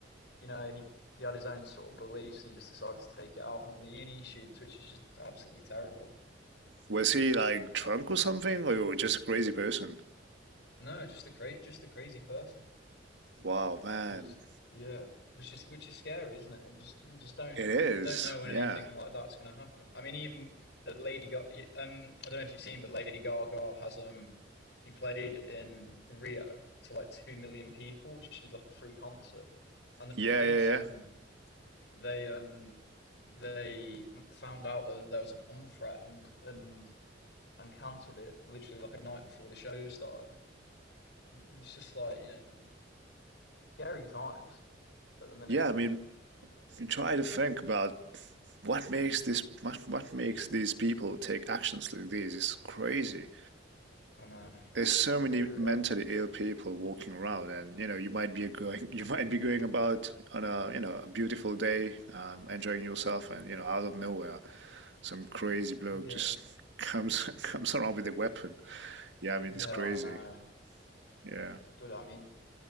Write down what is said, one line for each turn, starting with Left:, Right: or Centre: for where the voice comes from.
Left: you know he he had his own sort of beliefs and he just decided to take it out on all the uni students, which is just absolutely terrible.
Right: Was he like drunk or something, or just a crazy person?
Left: No, just a cra- just a crazy person.
Right: Wow, man.
Left: It was yeah, which is which is scary, isn't it? And just you just don't
Right: It is.
Left: don't know when
Right: Yeah.
Left: anything like that's going to happen. I mean, even at Lady Gaga, um, I don't know if you've seen, but Lady Gaga has um, she played in Rio to like two million people. She did like a free concert, and the police
Right: Yeah, yeah, yeah.
Left: um they um they found out that there was a bomb threat and and and cancelled it literally like a night before the show started. It's just like you know scary times at the minute,
Right: Yeah,
Left: isn't
Right: I mean,
Left: it?
Right: you try to think about what makes this what, what makes these people take actions like this. It's crazy.
Left: I know. I
Right: there's so many
Left: agree.
Right: mentally
Left: I,
Right: ill people walking around and you know you might be going <laughs> you might be going about on a you know a beautiful day um, enjoying yourself and you know out of nowhere some crazy bloke
Left: yeah,
Right: just comes <laughs> comes around with a weapon yeah i mean
Left: yeah,
Right: it's crazy
Left: I know.
Right: yeah
Left: But I mean,